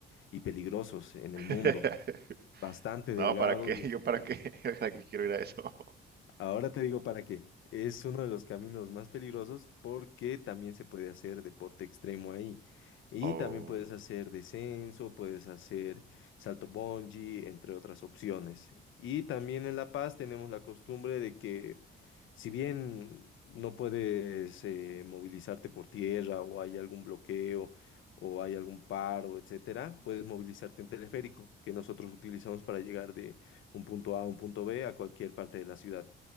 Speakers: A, on the left; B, on the right.
A: y peligrosos en
B: <laughs>
A: el mundo. Es bastante
B: No,
A: delgado
B: ¿para qué?
A: y
B: <laughs>
A: está
B: ¿Yo para qué? <laughs> ¿Para qué quiero ir a eso? <laughs>
A: Ahora te digo para qué. Es uno de los caminos más peligrosos porque también se puede hacer deporte extremo ahí. Y
B: Oh.
A: también puedes hacer descenso, puedes hacer salto bungee, entre otras opciones. Y también en La Paz tenemos la costumbre de que si bien no puedes eh, movilizarte por tierra o hay algún bloqueo o hay algún paro, etcétera, puedes movilizarte en teleférico, que nosotros utilizamos para llegar de un punto A a un punto B a cualquier parte de la ciudad.